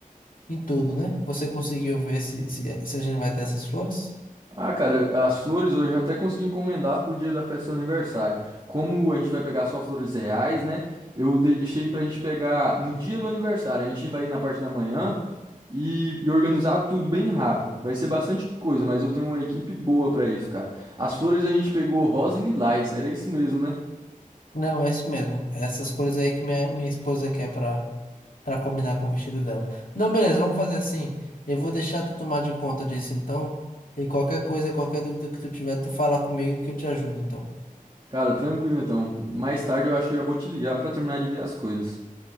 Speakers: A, on the left (about 70°); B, on the right (about 35°).
A: em tudo, né? Você conseguiu ver se, se, se a gente vai ter essas flores?
B: Ah, cara, as flores hoje eu até consegui encomendar pro dia da festa do seu aniversário. Como a gente vai pegar só flores reais, né? Eu deixei pra gente pegar no dia do aniversário. A gente vai ir na parte da manhã e, e organizar tudo bem rápido. Vai ser bastante coisa, mas eu tenho uma equipe boa pra isso, cara. As flores a gente pegou rosa e lilás, era isso mesmo, né?
A: Não, é isso mesmo. É Essas cores aí que minha, minha esposa quer pra. Pra combinar com o vestido dela. Não, beleza, vamos fazer assim. Eu vou deixar tu tomar de conta disso então. E qualquer coisa, qualquer dúvida que tu tiver, tu fala comigo que eu te ajudo então.
B: Cara, tranquilo então. Mais tarde eu acho que já vou te ligar pra terminar de ver as coisas.